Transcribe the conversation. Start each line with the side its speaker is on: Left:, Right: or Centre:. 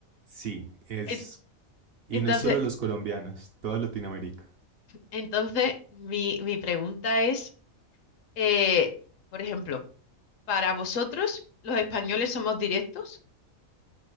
Right: Sí, es,
Left: En-
Right: y
Left: Entonces,
Right: no es solo los colombianos, toda Latinoamérica.
Left: entonces mi, mi pregunta es, eh, por ejemplo, para vosotros, los españoles somos directos.